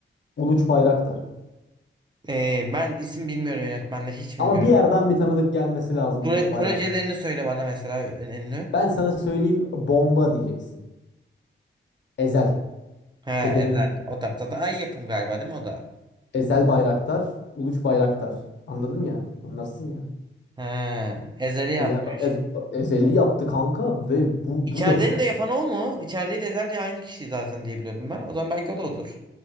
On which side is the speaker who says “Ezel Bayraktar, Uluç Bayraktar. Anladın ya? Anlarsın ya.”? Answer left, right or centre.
Left